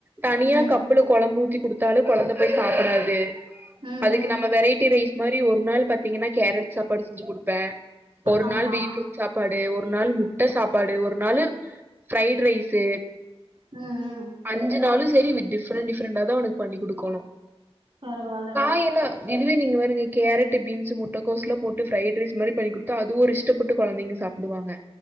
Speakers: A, on the right; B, on the right.
A: தனியா
B: ம்
A: கப்புல கொழம்பு ஊத்தி குடுத்தாலு கொழந்த போய் சாப்புடாது
B: ம்
A: அதுக்கு
B: ம்
A: நம்ம வெரைட்டி ரைஸ் மாரி ஒரு நாள் பாத்தீங்கன்னா கேரட் சாப்பாடு செஞ்சு குடுப்பே ஒரு
B: ஆமா
A: நாள் பீட்ரூட் சாப்பாடு ஒரு நாள் முட்ட சாப்பாடு ஒரு நாளு ஃப்ரைட் ரைஸு
B: ம் ம்
A: அஞ்சு நாளு செரி விட்டு டிஃப்ரெண்ட் டிஃப்ரெண்ட தா அவனுக்கு பண்ணி குடுக்கோணு
B: பரவால்ல
A: <unintelligible> இதுவே நீங்க பாருங்க கேரட் பீன்ஸ் முட்டக்கோஸ்லாபோட்டு போட்டு ஃப்ரைட்ரைஸ் மாரி பண்ணி குடுத்தா அது ஒரு இஷ்டப்பட்டு கொழந்தைங்க சாப்டுவாங்க